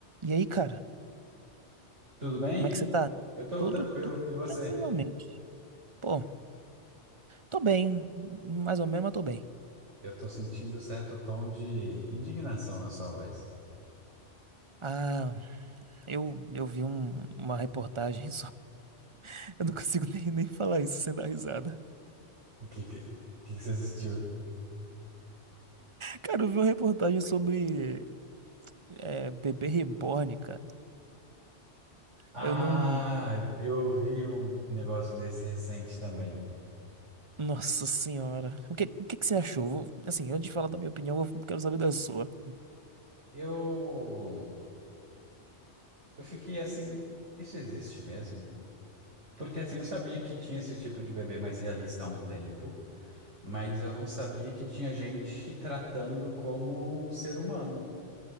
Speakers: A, on the right; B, on the right.
A: E aí, cara,
B: Tudo bem?
A: como é que você tá?
B: Eu tô
A: Tudo,
B: tranquilo.
A: tudo
B: E você?
A: tranquilamente. Pô, tô bem, mais ou menos, mas tô bem.
B: Eu tô sentindo certo tom de indignação na sua voz.
A: Ah, eu, eu vi um- uma reportagem sobre. <laughs> Eu não consigo nem, nem falar isso sem dar risada.
B: O que que, o que que você assistiu?
A: Cara, eu vi uma reportagem sobre é, bebê reborn, cara.
B: Ah,
A: Eu não.
B: eu vi um negócio desse recente também.
A: Nossa senhora. O que, o que que você achou? Vou- assim, antes de falar da minha opinião, eu quero saber da sua.
B: Eu eu fiquei assim, isso existe mesmo? Porque assim, eu sabia que tinha esse tipo de bebê mais realista há um tempo, mas eu não sabia que tinha gente tratando como um ser humano.